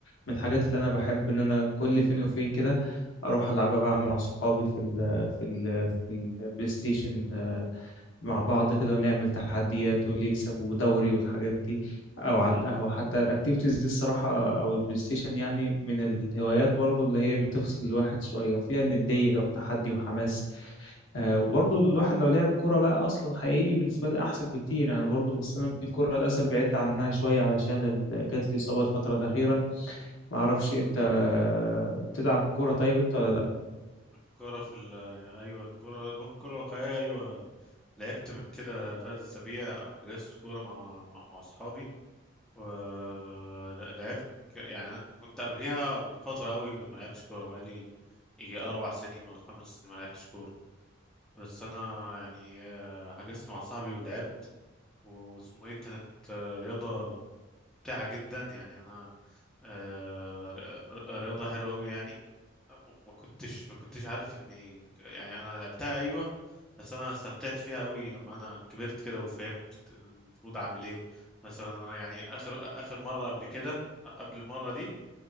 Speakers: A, on the left; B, in the centre.
A: من الحاجات اللي انا بحب ان انا كل فين وفين كده اروح العبها بقى مع صحابي في ال في ال في البلاي ستيشن مع بعض كده ونعمل تحديات واللي يكسب ودوري والحاجات دي او على القهوة حتى الاكتيفيتيز دي الصراحة او البلاي ستيشن يعني من الهوايات برضو اللي هي بتفصل الواحد شوية وفيها ندية وتحدي وحماس آه وبرضو الواحد لو لعب كرة بقى اصلا حقيقي بالنسبة لي احسن بكتير انا برضو بس انا الكرة للاسف بعدت عنها شوية علشان ال- جات لي اصابة الفترة الاخيرة معرفش انت آه، بتلعب كرة طيب انت ولا لا
B: كرة في ال... يعني ايوه الكرة الو- الكرة الواقعية ايوه لعبت من كده ثلاث اسابيع حجزت كورة مع مع, مع اصحابي ولعبت ك- يعني انا كنت قبليها من فترة قوي ما لعبتش كورة بقالي يجي اربع سنين ولا خمس سنين ما لعبتش كورة بس انا يعني آه، حجزت مع صاحبي ولعبت و- واسمه ايه كانت آه، رياضة ممتعة جدا يعني انا آه، ر- ر- رياضة حلوة أوي يعني م- ما كنتش ما كنتش عارف اني يعني انا لعبتها ايوه بس انا استمتعت فيها أوي لما انا كبرت كده وفهمت المفروض اعمل ايه مثلا انا يعني اخر اخر مرة قبل كده قبل المرة دي